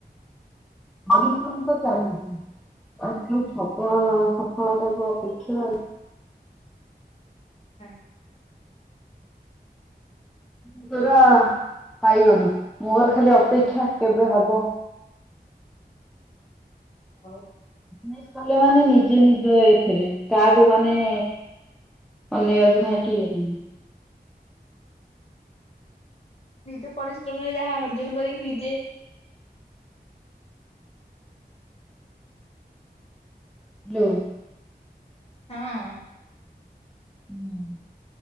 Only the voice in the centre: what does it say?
ଆଉ କେହି ତମକୁ ଚାହିଁ ବେନି। ଅଳ୍ପ ଥବ ସଫଳତାକୁୁ ଅପେକ୍ଷା।
ତୁ ତୋର ପାଇଗଲୁ ମୋର ଖାଲି ଅପେକ୍ଷା କେବେ ହବ।
ମୁଁ କଲି ମାନେ ନିଜେ ନିଜ ଏଥିରେ କାହାକୁ ମାନେ ଅନେଇଆକୁ ନାଇ କିଏ ବି।
ହାଲୋ।
ହୁଁ,